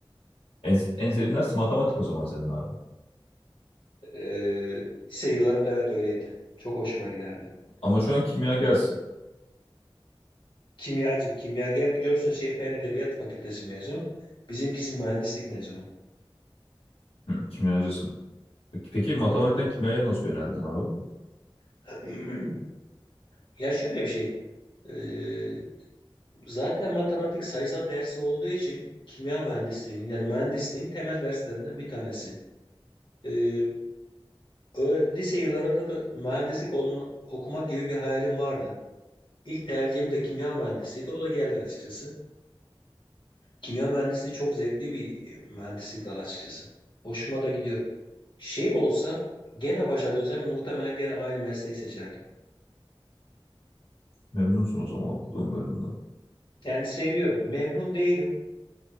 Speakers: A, on the left; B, on the left.
A: En, en sevdiğin ders matematik o zaman senin abi.
B: Ee, lise yıllarımda evet öyleydi. Çok hoşuma giderdi.
A: Ama şu an kimyagersin.
B: Kimyacı, kimyager biliyorsun şey Fen Edebiyat Fakültesi mezunu. Bizimkisi mühendislik mezunu.
A: Hı, kimyacısın. Peki, peki matematikten
B: Hı hı.
A: kimyaya nasıl yöneldin abi?
B: <clears throat> Ya şöyle bir şey. Ee, Zaten matematik sayısal dersi olduğu için kimya mühendisliğinin yani mühendisliğin temel derslerinden bir tanesi. Ee, ö- lise yıllarında da mühendislik olma, okumak gibi bir hayalim vardı. İlk tercihim de kimya mühendisiydi. O da geldi açıkçası. Kimya mühendisliği çok zevkli bir mühendislik dalı açıkçası. Hoşuma da gidiyor. Şey olsa gene başa dönsem muhtemelen gene aynı mesleği seçerdim.
A: Memnunsun o zaman okuduğun bölümden.
B: Yani seviyorum. Memnun değilim.